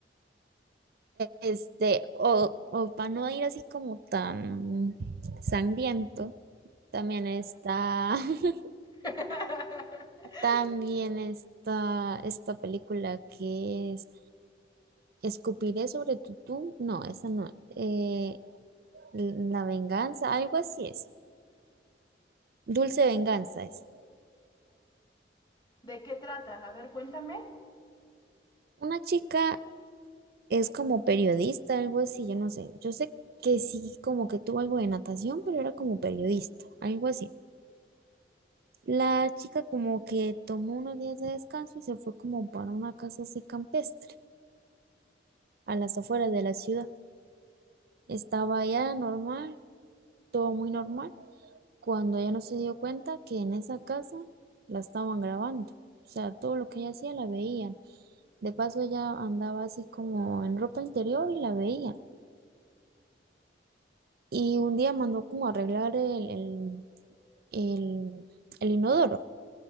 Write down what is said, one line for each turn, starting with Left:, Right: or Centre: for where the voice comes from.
Right: este, o, o para no ir así como tan sangriento, también está, <laughs>
Left: <laughs>
Right: también está esta película que es Escupiré sobre tu tumba. No, esa no. Eh, la venganza, algo así es. Dulce venganza es.
Left: ¿De qué trata? A ver, cuéntame.
Right: Una chica es como periodista, algo así, yo no sé. Yo sé que sí, como que tuvo algo de natación, pero era como periodista, algo así. La chica como que tomó unos días de descanso y se fue como para una casa así campestre, a las afueras de la ciudad. Estaba allá normal, todo muy normal. cuando ella no se dio cuenta que en esa casa la estaban grabando. O sea, todo lo que ella hacía la veían. De paso, ella andaba así como en ropa interior y la veían. Y un día mandó como a arreglar el, el, el, el inodoro